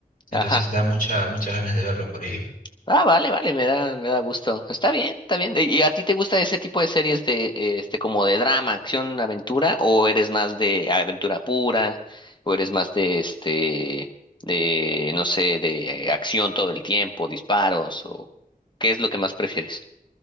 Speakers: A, on the left; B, on the left.
A: Entonces
B: Ajá.
A: da mucha, muchas ganas de verlo por ello.
B: Ah, vale, vale, me da, me da gusto. Está bien, está bien. ¿Y a ti te gusta ese tipo de series de, eh, este, como de drama, acción, aventura, o eres más de aventura pura, o eres más de, este, de, no sé, de eh, acción todo el tiempo, disparos, o qué es lo que más prefieres?